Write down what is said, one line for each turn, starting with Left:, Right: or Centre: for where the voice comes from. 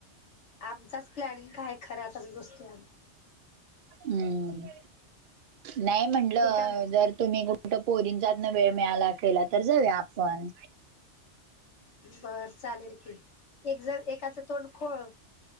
Left: आमचाच प्लॅनिंग काय खऱ्यातच गोष्टी
Right: हम्म, नाही म्हटलं
Left: एक आम
Right: जर तुम्ही कु ठ पोरींचातन वेळ मिळाला केला तर जाऊया आपण
Left: बरचालेल की. एक जण एकाचं तोंड खोळ